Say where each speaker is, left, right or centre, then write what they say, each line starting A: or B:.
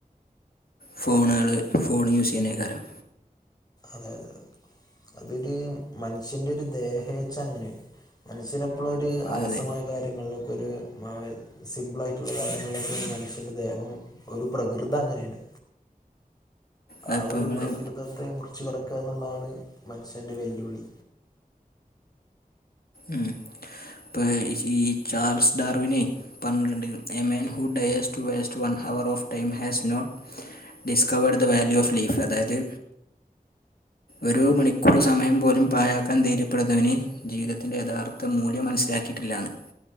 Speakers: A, on the left; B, on the left.
A: ഫോണള് ഫോണ് യൂസയ്യേന്നേക്കാരം
B: അതെ അതെ അതൊരു മനുഷ്യന്റെ ഒരു ദേഹേഛ അങ്ങനെണ് മനുഷ്യനെ പ്പള ഒര്
A: അതെ
B: അലസമായ
A: അതെ
B: കാര്യങ്ങൾലൊക്കെ ഒര് സിമ്പിളായിട്ടുള്ള കാര്യങ്ങൾലൊക്കെണ് മനുഷ്യന്റെ ദേഹം ഒരു പ്രകൃത അങ്ങനെണ്
A: അതിപ്പോൾ
B: ആ ഒരു
A: നമ്മളെ
B: പ്രകൃതത്തെ മുർച്ച കടക്ക ന്ന്ള്ളാണ് മനുഷ്യന്റെ വെല്ലുവിളി
A: ഉം ഇപ്പ ഈ ചാർസ് ഡാർവിനെ പന്ത്രണ്ട് a man who dares to waste one hour of time has not discover the value of life അതായത് ഒരു മണിക്കൂറ് സമയം പോലും പാഴാക്കാൻ ധൈര്യപ്പെടുന്നവന് ജീവിത യഥാർത്ഥ മൂല്യം മനസ്സിലാക്കിട്ടില്ലാ ന്ന്